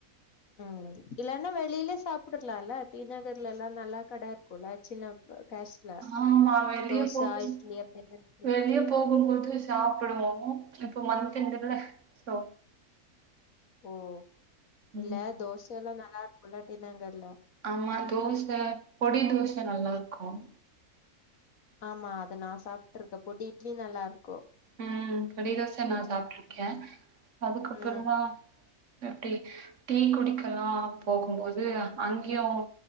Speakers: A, on the left (about 65°); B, on the right (about 55°).
A: ம் இல்லன்னா வெளில சாப்புடலால்ல டீநகர்லலாம் நல்லா கட இருக்குல்ல சின்ன கேஷ்ல
B: ஆமா வெளிய
A: தோச
B: போகும்போ
A: இட்லி அப்டி
B: வெளிய போகும்போது சாப்புடுவோம் இப்ப மந்த் எண்டுல்ல சோ
A: ஓ
B: ம்
A: இல்ல தோசைல்லா நல்லாருக்குல்ல டீ நகர்ல
B: ஆமா தோச பொடி தோச நல்லாருக்கும்
A: ஆமா அத நா சாப்ட்டுருக்க பொடி இட்லி நல்லாருக்கும்
B: ம் பொடிதோச நா சாப்ட்டுருக்கேன் அதுக்கப்பறமா
A: ம்
B: எப்பிடி டீ குடிக்கலாம் போகும்போது அங்கியும்